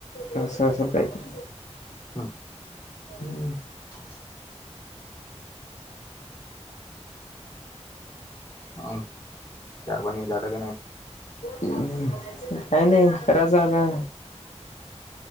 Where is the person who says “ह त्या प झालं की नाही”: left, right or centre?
Left